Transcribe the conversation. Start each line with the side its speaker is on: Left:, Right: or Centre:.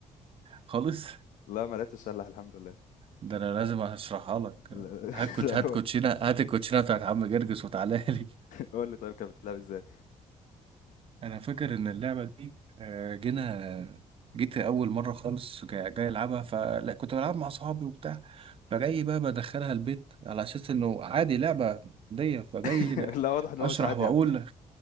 Right: خالص
Left: لا ما لعبتش الشلح الحمد لله
Right: ده انا لازم اشرحها لك
Left: لا لا
Right: هات
Left: <laughs>
Right: كوت
Left: لا،
Right: هات
Left: قول
Right: كوتشينه هات الكوتشينه بتاعت عم جرجس وتعالى لي <laughs>
Left: قول لي طيب كانت بتتلعب إزاي
Right: انا فاكر ان اللعبه دي آه، جينا جيت اول مره خالص جاي, جاي العبها فلا كنت بلعب مع اصحابي وبتاع فجاي بقى بدخلها البيت على اساس انه عادي لعبه دي فجاي
Left: <laughs> لا واضح إن هو
Right: اشرح
Left: مش عادي
Right: واقول
Left: يعني